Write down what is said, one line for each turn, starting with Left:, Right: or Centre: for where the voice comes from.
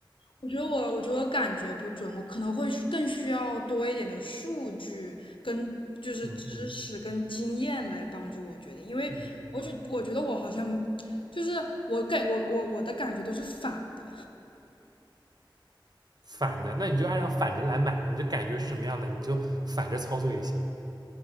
Left: 我觉得我，我觉得我感觉不准，我可能会需更需要多一点的数据跟就是知识跟经验来帮助我决定，
Right: 嗯嗯
Left: 因为我觉我觉得我好像就是我给我我我的感觉都是反的。
Right: 嗯嗯，反的，那你就按照反着来买，你的感觉是什么样的，你就反着操作也行。